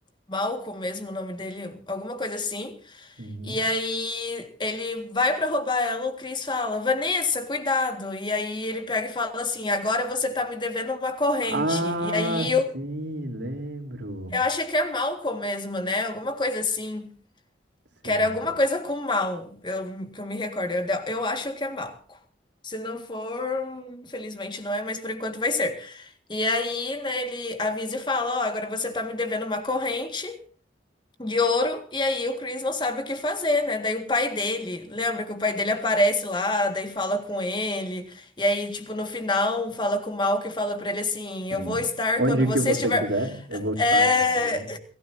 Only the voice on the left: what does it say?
Malcolm mesmo o nome dele, alguma coisa assim.
E aí ele vai pra roubar ela, o Chris fala, Vanessa, cuidado. E aí ele pega e fala assim, agora você tá me devendo uma corrente.
E aí
eu achei que é Malcolm mesmo, né? Alguma coisa assim.
Que era alguma
coisa com mal, eu, que eu me recordo. Eu, eu acho que é Malcolm. Se não for, infelizmente não é, mas por enquanto vai ser. E aí, né, ele avisa e fala: Ó, agora você tá me devendo uma corrente de ouro. E aí o Chris não sabe o que fazer, né? Daí o pai dele, lembra que o pai dele aparece lá, daí fala com ele. E aí, tipo, no final, fala com o Malcolm e fala pra ele assim:
Eu vou estar
quando você
estiver.
É...